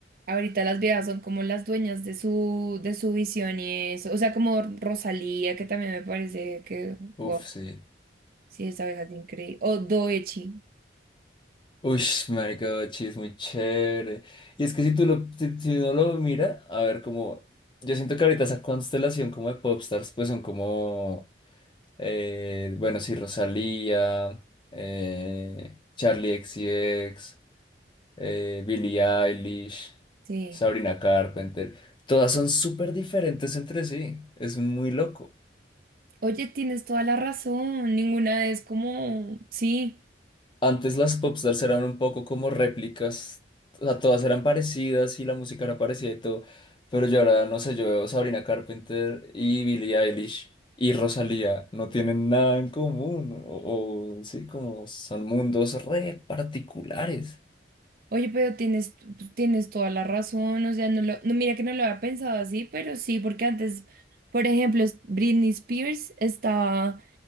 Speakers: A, on the right; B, on the left.
A: Ahorita las viejas son como las dueñas de su, de su visión y eso. O sea, como Rosalía, que también me parece que, wow,
B: Uf, sí.
A: sí, esa vieja es increíble. O Doechi,
B: Uy, marica, Bachi es muy chévere. Y es que si tú lo, si, si uno lo mira, a ver, como, yo siento que ahorita esa constelación como de popstars, pues son como, eh, bueno, sí, Rosalía, eh, Charlie XCX, eh, Billie Eilish,
A: sí.
B: Sabrina Carpenter, todas son súper diferentes entre sí, es muy loco.
A: Oye, tienes toda la razón, ninguna es como, sí,
B: Antes las popstars eran un poco como réplicas, o sea, todas eran parecidas y la música era parecida y todo, pero yo ahora, no sé, yo veo Sabrina Carpenter y Billie Eilish y Rosalía, no tienen nada en común, o, o sí, como son mundos re particulares.
A: oye, pero tienes, tienes toda la razón, o sea, no lo, no, mira que no lo había pensado así, pero sí, porque antes, por ejemplo, es- Britney Spears estaba,